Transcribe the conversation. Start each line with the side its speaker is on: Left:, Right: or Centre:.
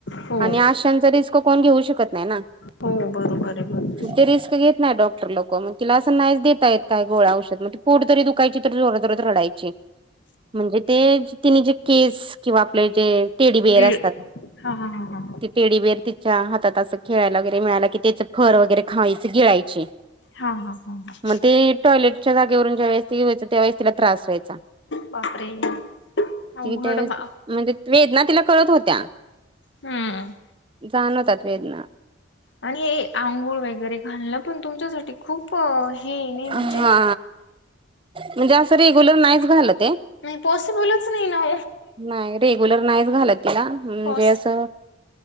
Left: हो
Right: आणि आश्यांचा रिस्क कोण घेऊ शकत नाही ना.
Left: हो बरोबर. बरोबर
Right: ते रिस्क घेत नाही डॉक्टर लोक मग तिला असं नाहीच देता येत काय गोळा औषध मग पोट जरी दुख कायची तरी जोर जोरात रडायची. म्हणजे ते तिने जे केस किंवा आपले जे टेडी बिअर
Left: गिळ
Right: असतात.
Left: हा हा हा हा
Right: टेडीबेर तिच्या हातात असं खेळायला वगैरे मिळाला कि त्याच फर वगैरे खायची गिळायची.
Left: हा हा हा हा.
Right: मग ते टॉयलेटच्या जागेवरून ज्या वेळेस ते व्हायचं त्यावेळेस तिला त्रास व्हायचा.
Left: बापरे अवघड
Right: ते त्यावेळेस
Left: बा
Right: म्हणजे वेदना तिला कळत होत्या.
Left: हम्म
Right: जाणवतात वेदना
Left: आणि हे आंघोळ वगैरे घालण पण तुमच्यासाठी खूप हे नाही म्हणजे
Right: हा म्हणजे असं रेग्युलर नाहीच घालंत ये.
Left: नाही पॉसिबलच नाही ना.
Right: नाही रेग्युलर नाहीच घालत तिला म्हणजे
Left: पॉस
Right: असं